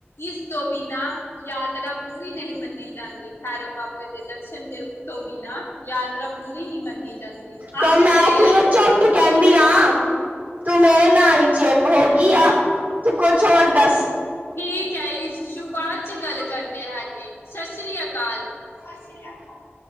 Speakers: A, on the left; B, on the right.
A: ਇਸ ਤੋਂ ਬਿਨਾਂ ਯਾਤਰਾ ਪੂਰੀ ਨਹੀਂ ਮੰਨੀ ਜਾ <inaudible> ਖਰੋ ਬਾਬੇ ਦੇ ਦਰਸ਼ਨ ਦੇ ਤੋਂ ਬਿਨਾਂ ਯਾਤਰਾ ਪੂਰੀ ਨੀਂ ਮੰਨੀ ਜਾਂਦੀ। <unintelligible>
B: ਤਾਂ ਮੈਂ ਕੀ ਇਹ ਝੂਠ ਕਹਿੰਦੀ ਆ ਤੂੰ ਮੇਰੇ ਨਾਲ ਹੀ ਚੇਪ ਹੋ ਗਈ ਆ ਤੂੰ ਕੁਛ
A: <inaudible> ਹੋ
B: ਹੋਰ ਦੱਸ
A: ਠੀਕ ਹੈ ਜੀ ਸ਼ ਬਾਤ ਚ ਗੱਲ ਕਰਦੇ ਹੈਗੇ ਸਸ <unintelligible> ਕਾਲ ਸਤਿ ਸ਼੍ਰੀ ਅਕਾਲ।